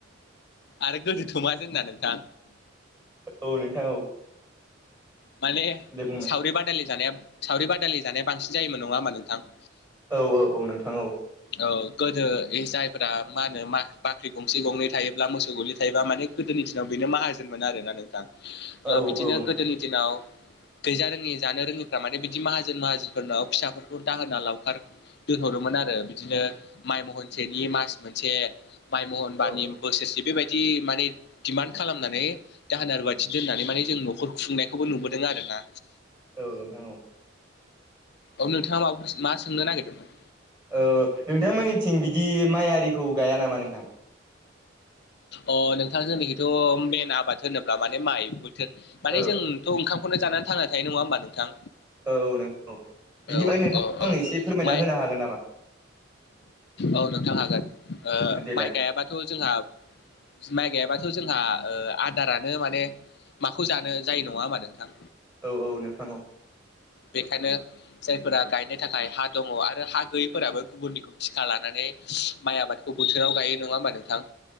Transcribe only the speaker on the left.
आरो गोदोथ' मा जोंना नोंथां।
माने
सावरि बादालि जानाया सावरि बादालि जानाया बांसिन जायोमोन नङा होमा नोंथां?
औ गोदो जायफ मा होनो बाख्रि गंसे गंनै थायोब्ला मोसौ गलिै थायोबा माने गोदोनि दिनाव बेनो माहाजोनमोन आर ना नोंथां
बिदिनो
गोदोनि दिनाव गैजा रोङि जानो रोङिफ्रा माने बिदि माहाजोन माहाजोनफोरनाव फिसाफोरखौ दाहोना लावखार दोनहरोमोन आरो बिदिनो माइ महनसेनि मास मोनसे माइ महनबानि
बोसोरसे बेबायदि माने डमान्ड खालामनानै दाहोना रुवाथि दोननानै माने जों न'खर खुंनायखौ बे खौबो नुबोदों आरो ना।
औ नोंथाङा माबाफोर मा सोंनो नागिरदोंमोन?
अ नोंथां जोंनि हथ' मेन आबाद होनोब्ला माने माइ बोथोर माने
जों थ' ओंखामनो जानानैांना थायो नङा होमबा नोंथां।
औ
औ औ
माइ
औ नोंथां हागोन
माइ गायाबाथ' जोंहा बि माइ गाययाबाथ' जोंहा आदारानो माने माखौ जानो जायो नङा होमा नोंथां?
बेखायनो जायफोरा गायनो थाखाय हा दङ आरो हा गैयैफोराबो गुबुननिखौ थिखा लानानै माइ आबादखौ बोथोराव गायो, नङा होमबा नोंथां?